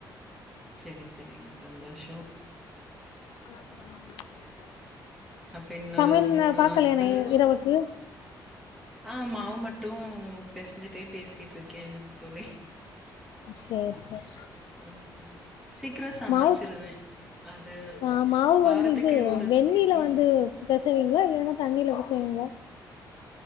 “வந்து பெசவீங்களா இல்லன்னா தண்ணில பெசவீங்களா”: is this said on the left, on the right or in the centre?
Left